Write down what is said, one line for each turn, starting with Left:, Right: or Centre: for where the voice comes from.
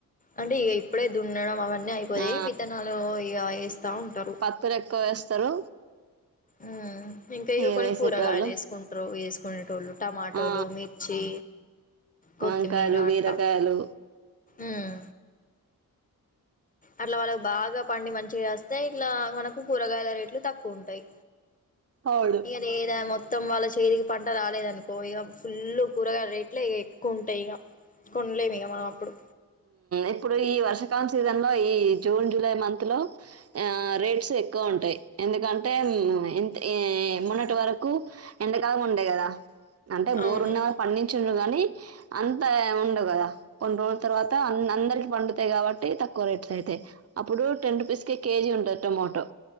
Left: అంటే ఇక ఇప్పుడే దున్నడం అవన్నీ అయిపోయి
Right: ఆ
Left: విత్తనాలు ఇగ వేస్తా ఉంటారు.
Right: వారి ఎక్కువ వేస్తారు.
Left: మ్ ఇంకయు
Right: ఇక
Left: కొన్ని
Right: వేసేటోళ్ళు
Left: కూరగాయలు వేసుకుంటారు వేసుకునేటోళ్ళు టమాటోలు,
Right: ఆ
Left: మిర్చి కొత్తిమీర
Right: వంకాయలు బీరకాయలు
Left: అట్లా ఉమ్ అట్లా వాళ్ళకి బాగా పండి మంచిగా రాస్తే ఇట్లా మనకు కూరగాయల రేట్లు తక్కువ ఉంటాయి
Right: అవును
Left: ఇ ఏద మొత్తం వాళ్ళ చేతికి పంట రాలేదనుకో ఇగ ఫుల్ కూరగాయల రేట్లు ఎక్కువ ఉంటాయి ఇగ కొనలేమిగ మనం అప్పుడు
Right: ఇప్పుడు ఈ వర్షాకాలం సీజన్ లో ఈ జూన్ జూలై మంత్ లో ఆ రేట్స్ ఎక్కువ ఉంటాయి ఎందుకంటే ఇంత్ మొన్నటి వరకు ఎండ కాలం ఉండే కదా అంటే బోరు
Left: అవును
Right: ఉన్న పండించుండ్రు గానీ అంత ఉండ కదా కొన్ని రోజు తర్వాత అన్ అందరికి పండుతాయి కాబట్టి తక్కువ రేట్స్ అయితాయి అప్పుడు టెన్ రూపీస్ కె కేజీ ఉంటది టొమాటో